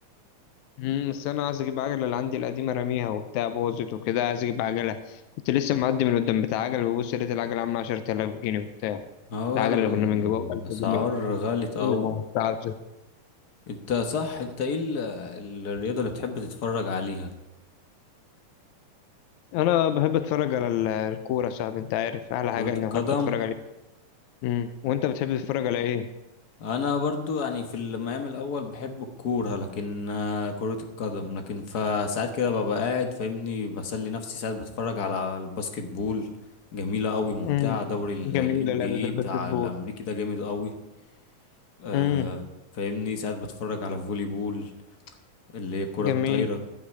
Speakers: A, on the left; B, on the left.
A: امم بس انا عايز اجيب عجله اللي عندي القديمه راميها وبتاع بوظت وكده عايز اجيب عجله كنت لسه معدي من قدام بتاع عجل ببص لقيت العجله عامله 10000 جنيه وبتاع
B: اه ولا-
A: العجله اللي كنا بنجيبها ب 1000
B: اسعار
A: جنيه
B: غالية اوي
A: إيه يا ماما بتاع-
B: انت صح انت ايه ال- الرياضة اللي بتحب تتفرج عليها
A: انا بحب اتفرج على ال- الكوره يا صاحبي انت عارف احلى
B: كرة
A: حاجه اني
B: القدم
A: بحب اتفرج عليه امم وانت بتحب تتفرج على ايه
B: انا برضو يعني في المقام الاول بحب الكوره لكن آه، كرة القدم لكن فساعات كده ببقى قاعد فاهمني بسلي نفسي ساعات بتفرج على الباسكت بول جميلة قوي ممتعة
A: امم
B: دوري الام
A: جميله لعبه
B: بي
A: الباسكتبول
B: اي بتاع الامريكي ده جامد قوي آه
A: امم
B: فاهمني ساعات بتفرج على فولي بول اللي هي الكرة
A: جميل
B: الطايرة